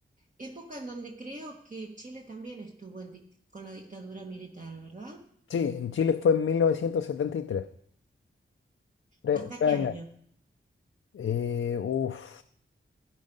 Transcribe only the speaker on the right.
época en donde creo que Chile también estuvo en dic- con la dictadura militar, ¿verdad?
¿Hasta
qué
año?